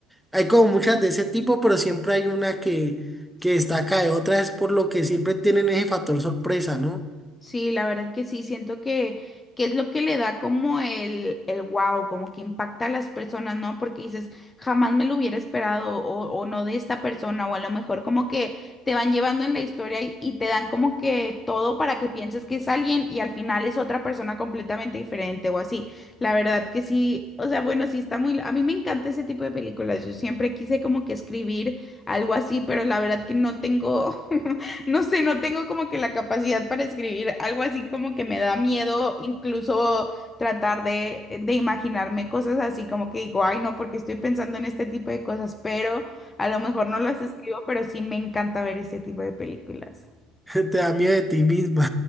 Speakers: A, in the centre; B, on the left.
A: Hay como muchas de ese tipo, pero siempre hay una que, que destaca de otras, por lo que siempre tienen ese factor sorpresa, ¿no?
B: Sí, la verdad que sí, siento que, que es lo que le da como el, el wow, como que impacta a las personas, ¿no? Porque dices, jamás me lo hubiera esperado o, o no de esta persona, o a lo mejor como que te van llevando en la historia y, y te dan como que todo para que pienses que es alguien y al final es otra persona completamente diferente o así. La verdad que sí, o sea, bueno, sí está muy... A mí me encanta ese tipo de películas, yo siempre quise como que escribir algo así, pero la verdad que no tengo... <laughs> No sé, no tengo como que la capacidad para escribir algo así como que me da miedo incluso tratar de, de imaginarme cosas así como que digo, ay no, porque estoy pensando en este tipo de cosas, pero a lo mejor no las escribo, pero sí me encanta ver este tipo de películas. <laughs>
A: <laughs> Te da miedo de ti misma.